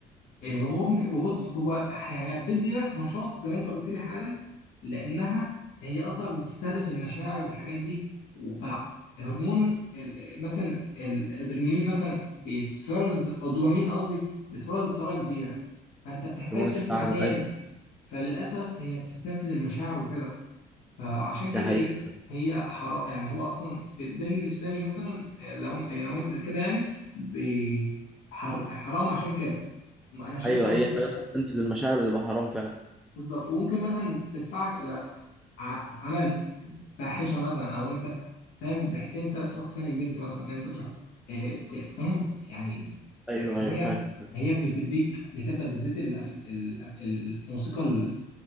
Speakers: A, on the left (about 80°); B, in the centre.
A: إيه، وممكن وبص هو هي بتدي لك نشاط زي ما انت قلت لي حالا لانها هي اصلا بتستهدف المشاعر والحاجات دي فهرمون ال- مثلا الادرينالين مثلا بيتفرز ب- او الدوبامين قصدي بيتفرز بطريقه كبيره فانت بتحتاج
B: هرمون
A: تسمع
B: السعاده
A: تاني
B: ايوه
A: فللاسف هي بتستنفذ المشاعر وكده فعشان كده
B: ده حقيقي.
A: ايه هي حرام يعني هو اصلا في الدين الاسلامي مثلا إيه، لو إيه، لو إنت كده يعني بي- حر- حرام عشان كده انا شايفها
B: ايوه
A: مثلا
B: اي حاجه بتستنفذ المشاعر بتبقى حرام فعلا
A: بالظبط وممكن مثلا تدفعك الى ع- عمل فاحشه مثلا او انت فاهم بحيث انت تروح تكلم بنت مثلا ان انت تروح آه، ت- تفهم يعني
B: ايوه
A: ف- فهي
B: ايوه فاهم فاهم.
A: هي بتديك لكده بالذات الأف- ال- الموسيقى ال-